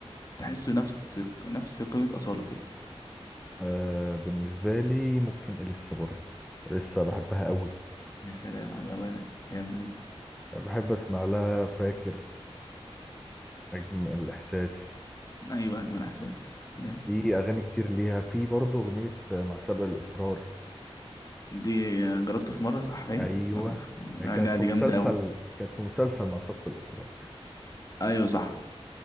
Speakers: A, on the left; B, in the centre.
A: تحسه نفس نفس قيمة أصالة كده
B: آه بالنسبة لي ممكن إليسا برضو إليسا بحبها قوي
A: يا سلام على روانك جامدة دي
B: بحب أسمع لها فاكر أجمل الإحساس
A: أيوة أجمل إحساس جامد
B: في أغاني كتير ليها في برضو أغنية آه، مع سبق الإصرار
A: دي جربت في مرة صح باين
B: أيوة
A: جربت في مرة
B: هي
A: لا
B: كانت
A: لا،
B: في
A: دي
B: مسلسل
A: جامدة أوي
B: كانت في مسلسل مع سبق الإصرار
A: أيوة صح